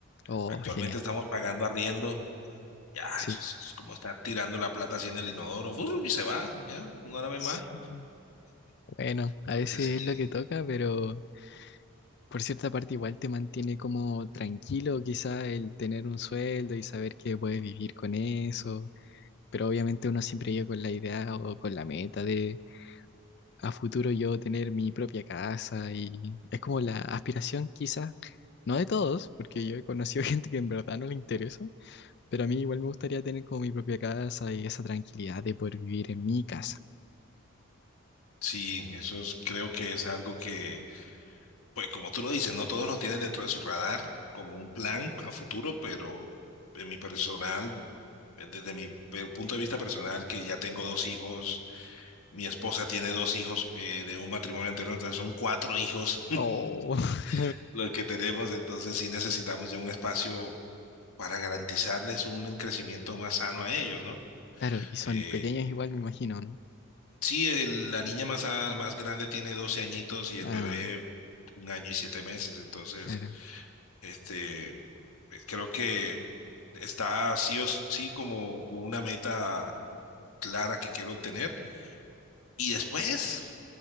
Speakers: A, on the left (about 50°); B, on the left (about 80°).
A: Oh,
B: Actualmente
A: genial.
B: estamos pagando arriendo. Ya,
A: Sí.
B: eso es, es como estar tirando la plata así en el inodoro. ¡fur! y se va, ya, no la ve
A: Sí.
B: más.
A: Bueno, a
B: Entonces,
A: veces
B: sí,
A: es lo que toca, pero por cierta parte igual te mantiene como tranquilo, quizá el tener un sueldo y saber que puedes vivir con eso. Pero obviamente uno siempre llega con la idea o con la meta de a futuro yo tener mi propia casa y es como la aspiración quizás No de todos, porque yo he conocido <laughs> gente que en verdad no le interesa, pero a mí igual me gustaría tener como mi propia casa y esa tranquilidad de poder vivir en mi casa.
B: sí, eso es- creo que es algo que, pues como tú lo dices, no todos lo tienen dentro de su radar como un plan a futuro, pero en mi personal, eh, desde mi pe- punto de vista personal, que ya tengo dos hijos, mi esposa tiene dos hijos eh, de un matrimonio anterior, entonces son cuatro hijos
A: Oh, <laughs>
B: <laughs> los que tenemos, entonces sí necesitamos ya un espacio para garantizarles un crecimiento más sano a ellos, ¿no?
A: claro, y son
B: Eh,
A: pequeños igual, me imagino, ¿no?
B: sí, el- la niña más, a- más grande tiene 12 añitos y el
A: Ah,
B: bebé un año y siete meses, entonces,
A: claro,
B: este, eh, creo que está sí o sí como una meta clara que quiero obtener. Y después,